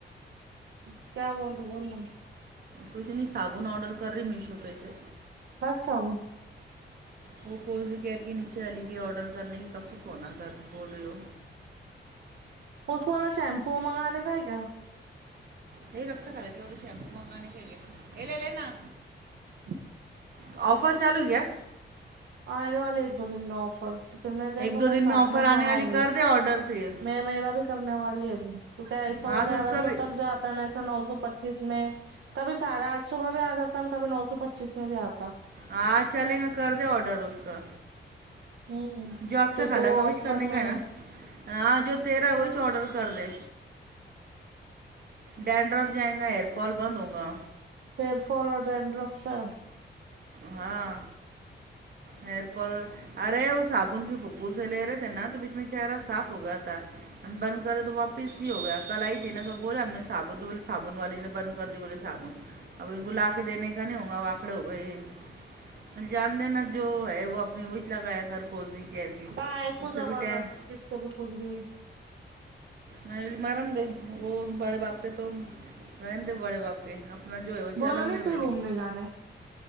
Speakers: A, on the right; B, on the right.
A: کیا بڈ ب
B: کچھ نہیں صابن آڈر کر رہی میشو پہ سے
A: کک صاب
B: وہ کوورز کیئر کے نیچے علی کے آرڈر کرنے کی کب چ کونا کر بول رہی ہو
A: اس کو شیمپو منگانے کا ہے کیا
B: یہ کسا کل گے اور شیمپو منگان کے گے یہ لے لےینا
A: جی
B: آفر چالو کیایا
A: آنے والے ایک دو دن میں آفر تو پھر میں جسا
B: ایک دو
A: وہ
B: دن
A: ساتھ
B: آفر
A: میں منگاؤں
B: آنے والی کر
A: گی
B: دے آرڈر پھر۔
A: میں میرا بھی سبنے والی ابھی توہ ایسو
B: ہاں
A: گیارہ
B: تو اس کا
A: سو
B: بھی
A: تک جاتا نا ایسا نو سو پ پچیس میں کبھی ساھے آٹھ سو میں بھی آ جاتا ن کبھی نو سو پچیس میں بھی آتا
B: ہاں چلیں گا کر د آڈر اس کا
A: ہوں
B: جو اکثر
A: کیونکہ
B: خالہ
A: وہ
B: کا وہی
A: آفر
B: کرنے کا
A: میں
B: ہے نا۔ ہاں جو تیرا وہی چ آڈر کر دے ڈینڈرا جائیں گا hair fall been ہووں God
A: here فال اورڈ رف کا
B: ہاں ہر فال ارے وہ ساب آ سے پپو زر نا تو بیچ میں چہرہاف ہو گیا تھا ہم بند کرے تو واپس ہی ہو گیا کل آئی تھی نا تو بولے ہم نے صابن تو بولے صابن والی نے بند کر دی بولے صابن اب ان کو لا کے دینے کا نہیں ہوگا وہ آکڑے ہو گئے جان دینا و ہے وہ اپنی اچ لگایا کر کوزی کیئر کی
A: ہاں ایکو
B: اس سے
A: زبردست
B: بھی ٹین
A: کس سے بھی کچھ بھی <inaudible>
B: ملی مار د وہ بڑے باپ کے تو رہ تھے بڑے باپ کے جو ہے وہ
A: ب
B: چلن
A: ن
B: دے میں
A: ت گھومنے جانے